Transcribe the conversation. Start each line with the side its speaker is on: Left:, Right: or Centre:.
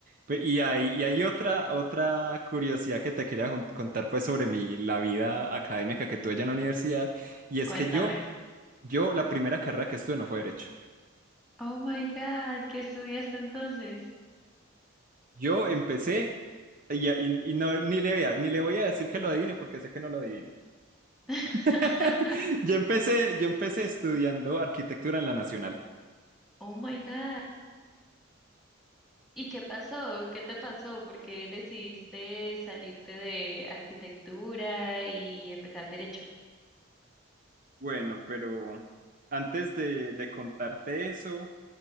Right: Pe- Y hay, y hay otra, otra curiosidad que te quería jun- contar pues sobre mi, la vida académica que tuve allá en la universidad, y es
Centre: cuéntame.
Right: que yo, yo la primera carrera que estudié no fue derecho.
Centre: Oh my God, ¿qué estudiaste entonces?
Right: Yo empecé y, y- y no, ni le vea, ni le voy a decir que lo adivine porque sé que no lo adivina.
Centre: <laughs>
Right: <laughs> Yo empecé, yo empecé estudiando arquitectura en la Nacional.
Centre: Oh my God. ¿Y qué pasó? ¿Qué te pasó? ¿Por qué decidiste salirte de arquitectura y empezar derecho?
Right: Bueno, pero antes de, de contarte eso,